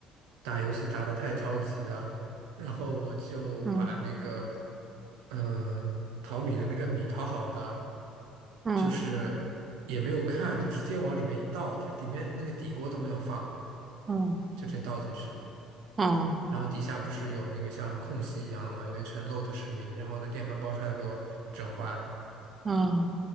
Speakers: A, on the right; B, on the right.
A: 打游戏打得太着急了，然后我就把那个，
B: 嗯
A: 嗯、淘米的那个米淘好的，
B: 嗯
A: 就是也没有看，就直接往里面一倒，就里面那个底锅都没有放，
B: 嗯
A: 就直接倒进去了。
B: 嗯，
A: 然后底下不是有那个像空隙一样的嘛，里面全漏的是米，然后那电饭煲差点被我整坏了。
B: 嗯